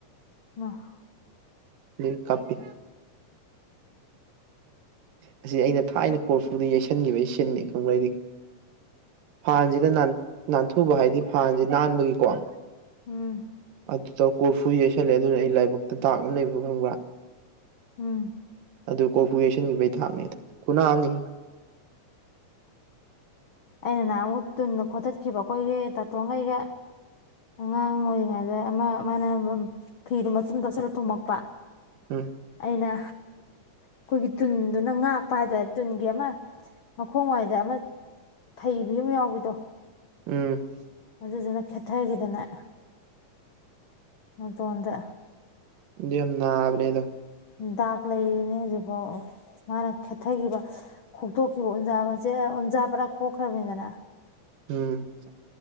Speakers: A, on the left; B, on the right.
A: ꯃꯥ
B: ꯂꯩ ꯀꯥꯄꯤ ꯑꯁꯤ ꯑꯩꯅ ꯊꯥꯏꯅ ꯀꯣꯔꯐꯨꯗ ꯌꯩꯁꯟꯈꯤꯕꯒꯤ ꯁꯤꯟꯅꯤ ꯈꯪꯕ꯭ꯔ ꯑꯩꯗꯤ ꯐꯥꯟꯁꯤꯗ ꯅꯥꯟꯊꯨꯕ ꯍꯥꯏꯗꯤ ꯐꯥꯟꯁꯤ ꯅꯥꯟꯕꯒꯤꯀꯣ
A: ꯎꯝ
B: ꯑꯗꯨ ꯇꯔ ꯀꯣꯏꯐꯨ ꯌꯩꯁꯜꯂꯦ ꯑꯗꯨꯅ ꯑꯩ ꯂꯥꯏꯕꯛꯇ ꯗꯥꯛꯅ ꯂꯩꯕ ꯈꯪꯕ꯭ꯔꯥ
A: ꯎꯝ
B: ꯑꯗꯨ ꯀꯣꯄꯦꯁꯟꯒꯤꯕꯩ ꯊꯥꯛꯅꯤꯗꯣ ꯈꯨꯅꯥꯝꯅꯤ
A: ꯑꯩꯅ ꯅꯍꯥꯟꯃꯨꯛ ꯇꯨꯗ ꯈꯣꯆꯠꯈꯤꯕ ꯑꯩꯈꯣꯏꯒꯤ ꯇꯥꯇꯣꯡꯒ ꯑꯩꯒ ꯑꯉꯥꯡ ꯑꯣꯏꯔꯤꯉꯩꯗ ꯑꯃ ꯃꯥꯅ ꯐꯤꯗꯨꯣ ꯃꯇꯨꯡꯆꯨꯝ ꯇꯥꯁꯂ ꯊꯣꯃꯛꯄ
B: ꯎ
A: ꯑꯩꯅ ꯑꯩꯈꯣꯏꯒꯤ ꯇꯨꯟꯗꯨꯅ ꯉꯥꯛꯄ ꯍꯥꯏꯇꯥꯔꯦ ꯇꯨꯟꯒꯤ ꯑꯃ ꯃꯈꯣꯡ ꯋꯥꯏꯗ ꯑꯃ ꯐꯩꯕꯤ ꯑꯃ ꯌꯥꯎꯕꯤꯗꯣ
B: ꯎꯝ
A: ꯑꯗꯨꯗꯨꯅ ꯈꯦꯊꯒꯤꯗꯅ ꯅꯥꯇꯟꯗ
B: ꯌꯥꯝ ꯅꯕꯅꯦꯗꯣ
A: ꯗꯥꯛ ꯂꯩꯔꯤꯅꯦ ꯍꯧꯖꯤꯛꯐꯥꯎ ꯃꯥꯅ ꯈꯦꯊꯈꯤꯕ ꯈꯣꯛꯇꯣꯛꯈꯤꯕ ꯎꯟꯖꯥ ꯃꯆꯦ ꯎꯟꯖꯥ ꯄꯨꯔꯥ ꯈꯣꯛꯈ꯭ꯔꯕꯅꯤꯗꯅ
B: ꯎꯝ